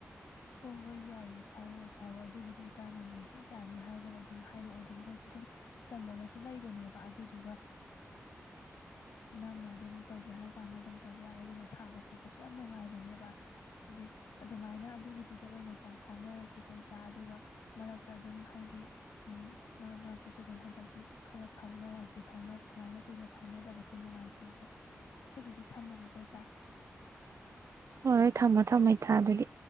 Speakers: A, on the left; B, on the right.
A: ꯍꯣꯏ ꯍꯣꯏ ꯌꯥꯏꯑ ꯐꯥꯎꯔꯛꯑꯣ ꯐꯥꯎꯔꯛꯑꯣ ꯑꯗꯨꯒꯤꯗꯤ ꯏꯇꯥꯅꯅꯦ ꯍꯦꯛ ꯌꯥꯅꯤ ꯍꯥꯏꯕꯒ ꯑꯗꯨꯝ ꯍꯥꯏꯔꯛꯑꯣ ꯑꯗꯨꯝ ꯃꯣꯏꯗꯤ ꯑꯗꯨꯝ ꯇꯜꯂꯒꯁꯨ ꯂꯩꯕꯅꯦꯕ ꯑꯗꯨꯗꯨꯒ ꯅꯪꯅ ꯑꯗꯨꯝ ꯇꯧꯒꯦ ꯍꯥꯏ ꯀꯥꯟꯗ ꯑꯗꯨꯝ ꯇꯧꯕ ꯌꯥꯔꯦ ꯑꯗꯨꯒ ꯁꯥꯕ ꯈꯣꯠꯄꯁꯦ ꯌꯥꯝ ꯅꯨꯡꯉꯥꯏꯕꯅꯦꯕ ꯑꯗꯨꯗꯤ ꯑꯗꯨꯃꯥꯏꯅ ꯑꯗꯨꯒꯤꯗꯨꯗ ꯑꯣꯏꯅ ꯄꯥꯎ ꯐꯥꯎꯅꯔꯁꯤ ꯀꯣ ꯏꯇꯥ ꯑꯗꯨꯒ ꯃꯔꯛꯇ ꯑꯗꯨꯝ ꯍꯥꯏꯗꯤ ꯃꯔꯛ ꯃꯔꯛꯇꯁꯨ ꯑꯗꯨꯝ ꯍꯟꯗꯛꯇꯤ ꯈꯔ ꯐꯥꯎꯅꯔꯛꯁꯤ ꯐꯥꯎ ꯁꯨꯃꯥꯏꯅ ꯀꯨꯏꯅ ꯐꯥꯎꯅꯗꯕꯁꯦ ꯅꯨꯡꯉꯥꯏꯇꯦ ꯑꯗꯣ ꯉꯒꯤꯗꯤ ꯊꯝꯃꯒꯦ ꯀꯣꯏꯇꯥ
B: ꯍꯣꯏ ꯍꯣꯏ ꯊꯝꯃꯣ ꯊꯝꯃꯣ ꯏꯇꯥ ꯑꯗꯨꯗꯤ